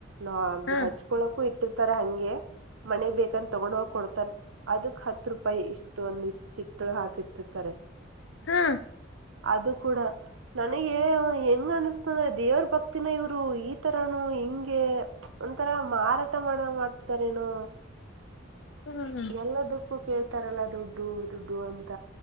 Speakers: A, on the right; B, on the left.
A: ನಾ
B: ಹಾ
A: ಹೆಚ್ಕೊಳಕೂ ಇಟ್ಟಿರ್ತಾರ ಹಂಗೆ ಮನೆ ಬೇಕಂದ ತೊಗೊಂಡ್ ಹೋಗಿ ಕೊಡ್ತಾರ್ ಅದಕ್ ಹತ್ ರೂಪಾಯಿ ಇಷ್ಟು ಒಂದ ಇಷ್ಟ ಚಿಕ್ ಹಾಕಿಟ್ಟಿರ್ತಾರೆ
B: ಹಾ
A: ಅದು ಕೂಡಾ ನನಗೆ ಹೆಂಗ್ ಅನಸ್ತ ಅಂದ್ರೆ ದೇವ್ರ ಭಕ್ತಿನ ಇವರು ಈ ತರನು ಹಿಂಗೆ ಒಂಥರಾ ಮಾರಾಟ ಮಾಡ ಮಾಡ್ತತಾರೇನು
B: ಹ್ಮ್
A: ಎಲ್ಲದಕ್ಕೂ ಅಕ್ಕೂ ಕೇಳ್ತಾರಲ್ಲ ದುಡ್ಡು ದುಡ್ಡು ಅಂತ